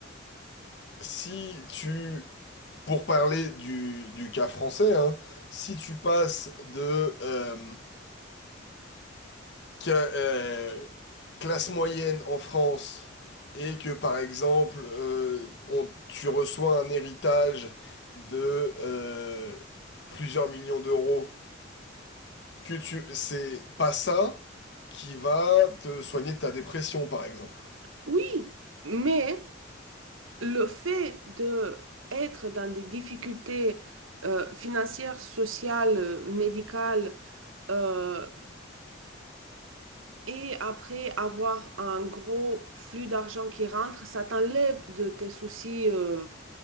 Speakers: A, on the left; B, on the right.
A: si tu, pour parler du, du cas français, hein, si tu passes de euh, que euh, classe moyenne en France et que par exemple euh, on- tu reçois un héritage de euh, plusieurs millions d'euros, que tu c'est pas ça qui va te soigner de ta dépression par exemple.
B: Oui, mais le fait de être dans des difficultés euh, financières, sociales, euh, médicales, euh, et après avoir un gros flux d'argent qui rentre, ça t'enlève de tes soucis, euh,